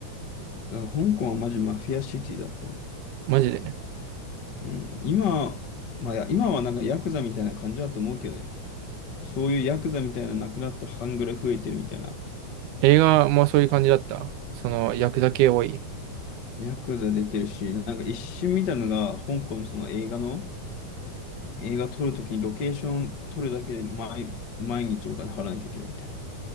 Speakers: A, on the left; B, on the right.
A: だから香港はマジマフィアシティだと思う。
B: マジで。
A: うん。今、まあ、いや今はなんかヤクザみたいな感じだと思うけどね。そういうヤクザみたいなのなくなって半グレ増えてるみたいな。
B: 映画もそういう感じだった。その、ヤクザ系多い。
A: ヤクザ出てるし、なんか一瞬見たのが香港のその映画の、映画撮るときにロケーション撮るだけで毎、毎日お金払わなきゃいけないみたいな。